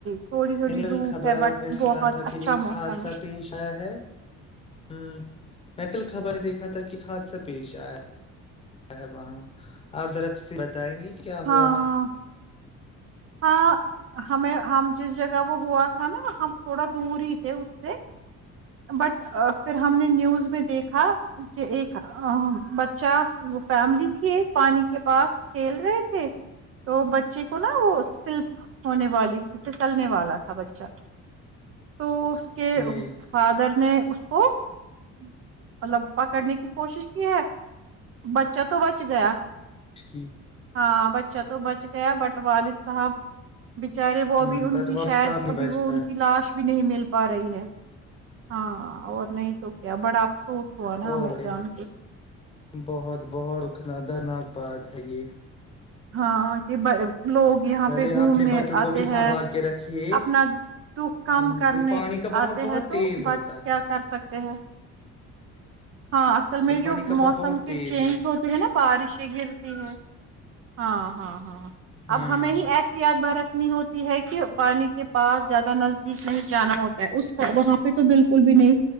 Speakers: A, on the right; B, on the left.
A: تھوڑی تھوڑی
B: میں نے کل
A: دھوپ
B: خبرات
A: ہے بٹ
B: میں
A: بہت
B: سنا تھا کہ
A: اچھا
B: ایک
A: موسم
B: حادثہ
A: ہے
B: پیش آیا ہے ہمم۔۔ میں کل خبریں دیکھا تھا کہ حادثہ پیش آیا وہاں آپ ذرا بتائیں گی کیا ہوا
A: ہاں
B: تھا
A: ہاں ہمیں ہم جس جگہ وہ ہوا تھا نا ہم تھوڑا دور ہی تھے اس سے بٹ پھر ہم نے نیوز میں دیکھا کہ ایک ام بچہ وہ فیملی تھی ایک پانی کے پاس کھیل رہے تھے تو بچے کو نا وہ سلپ ہونے والی تھی پھسلنے والا تھا بچہ تو کہ
B: ٹھیک
A: نے اس کو مطلب پکڑنے کی کوشش کی ہے بچہ تو بچ گیا
B: کی <inaudible>
A: ہاں بچہ تو بچ گیا بٹ والد صاحب بچارے وہ
B: ہ
A: ابھی ان
B: بٹ
A: کی
B: والد
A: شاید
B: صاحب نہیں
A: ابھی
B: بچ
A: وہ
B: پائے
A: ان کی لاش بھی نہیں مل پا رہی ہے ہاں اور نہیں تو کیا بڑا افسوس ہوا نا
B: اور
A: ہمیں جان کے
B: بہت بہت <unintelligible> انا ادر نگ بھی
A: ہاں کہ ب لوگ یہاں
B: پہلے
A: پہ گھومنے
B: اپنے بچوں
A: آتے
B: کو بھی
A: ہیں
B: سنبھال کے رکھیے
A: اپنا دکھ کم
B: ہ
A: کرنے
B: اس پانی کا بہاؤ
A: آتے
B: بہت
A: ہے تو
B: تیز ہوتا
A: بٹ کیا
B: ہے
A: کر سکتے پ <unintelligible> ہاں اصل میں
B: اس پانی
A: جو
B: کا بہاؤ
A: موسم
B: بہت
A: کے
B: تیز
A: چینج
B: ہے
A: ہوتے ہیں نا بارشیں گرتی ہے ہاں ہاں ہاں
B: ہوں
A: اب ہمیں ہی احتیاط بر رکھنی ہوتی ہے کہ پانی کے پاس زیادہ نز بیچ نہیں جانا ہوتا ہے اس وہاں پہ تو بالکل بھی نہیں